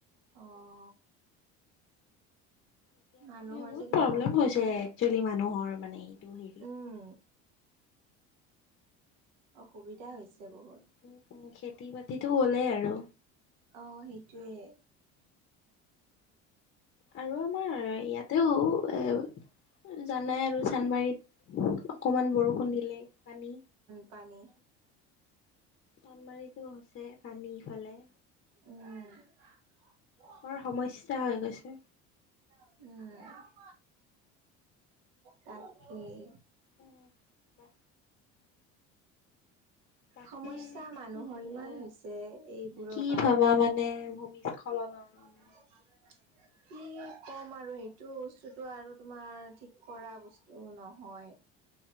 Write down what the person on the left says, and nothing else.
এতিয়া
মানে বহুত
প্ৰব্লেম
হৈছে, একচুৱেলি মানুহৰ মানে এইটো হেৰিত।
উম-উম, খেতি-বাতিতো গ'লেই আৰু।
আৰু আমাৰ ইয়াতেও, এ, জানাই আৰু চানমাৰীত। অকমান বৰষুণ দিলেই পানী।
চানমাৰিটো হৈছে পানী ইফালে।
বৰ সমস্যা হৈ গৈছে।
উম, উ বাকী,
কি
এ,
কি
ভাবা মানে ভূমিস্খ- খলনৰ মানে।